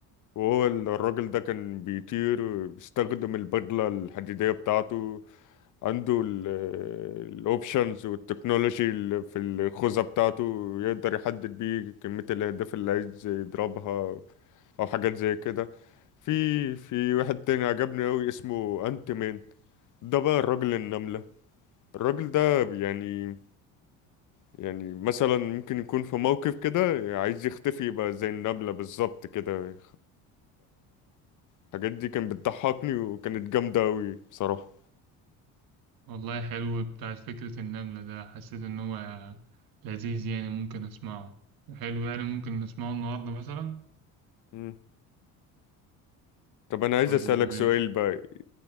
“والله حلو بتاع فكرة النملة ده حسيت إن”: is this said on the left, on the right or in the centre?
Right